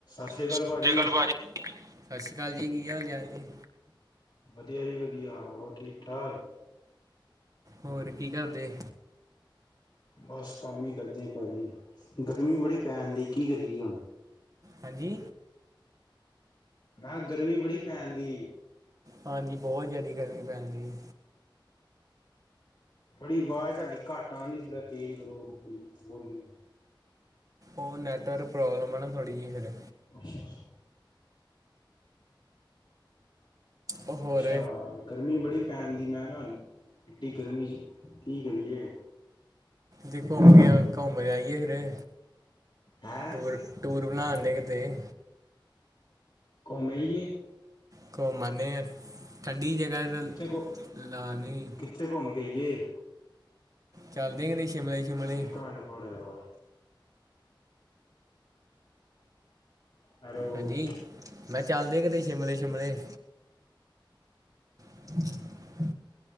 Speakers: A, on the left; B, on the right.
A: ਸ਼੍ਰੀ ਅਕਾਲ
B: ਸਤਿ
A: ਭਾਜੀ
B: ਸ਼੍ਰੀ ਆਕਾਲ ਪਾਜੀ। ਸਤਿ ਸ਼੍ਰੀ ਆਕਾਲ ਜੀ। ਕੀ ਹਾਲ ਚਾਲ ਜੇ?
A: ਵਧੀਆ ਜੀ ਵਧੀਆ ਹੋਰ ਠੀਕ ਠਾਕ।
B: ਹੋਰ ਕੀ ਕਰਦੇ?
A: ਬਸ ਕੰਮ ਹੀ ਕਰਦੇ ਆ ਭਾਜੀ ਗਰਮੀ ਬੜੀ ਪੈਣ ਦੀ ਕੀ ਕਰੀਏ ਹੁਣ।
B: ਹਾਂਜੀ।
A: ਐ ਗਰਮੀ ਬੜੀ ਪੈਂਦੀ
B: ਹਾਂਜੀ ਬਹੁਤ ਜ਼ਿਆਦਾ ਗਰਮੀ ਪੈਂਦੀ।
A: ਥੋੜੀ ਆਵਾਜ਼ ਤੁਹਾਡੀ ਘੱਟ ਆਉਂਦੀ ਥੋੜਾਂ ਤੇਜ਼ ਕਰੋੋ ਵੋਲ੍ਹੇ
B: ਓ ਨੈਟਰਕ ਪ੍ਰੋਬਲਮ ਅ ਨਾ ਥੋੜ੍ਹੀ ਜੀ ਫਿਰ।
A: ਅੱਛਾ ਅੱਛਾ।
B: ਉਹ ਹੋਰ
A: ਅੱਛਾ। ਗਰਮੀ ਬੜੀ ਪੈਣ ਦੀ ਮੈਂ ਕਿਹਾ ਐਡੀ ਗਰਮੀ ਚ ਕੀ ਕਰੀਏ।
B: ਦੇਖੋਮ ਘੁੰਮ ਆਈਏ ਵੀਰੇ।
A: ਹੈਂ
B: ਟੂਰ-ਟੂਰ ਬਣਾਨ ਨੇ ਕਿਤੇ।
A: ਕੋੱਮ ਆਈਏ
B: ਕੋੱਮ ਆਨੇ ਆ ਠੰਡੀ ਜਗਾ ਤੇ।
A: ਕਿੱਥੇ
B: <unintelligible>
A: ਘੁ ਕਿੱਥੇ ਕੋੱਮ ਕੇ ਆਈਏ?
B: ਚੱਲਦੇ ਕਿ ਨਹੀਂ ਸ਼ਿਮਲੇ ਸ਼ਿਮਲੇ
A: ਇੱਕ ਮਿੰਟ <unintelligible> ਖੜ ਯਾ। ਹੈਲੋ
B: ਹਾਂਜੀ ਮੈਂ ਚੱਲਦੇ ਕਿਤੇ ਸ਼ਿਮਲੇ ਸ਼ਿਮਲੇ। <inaudible>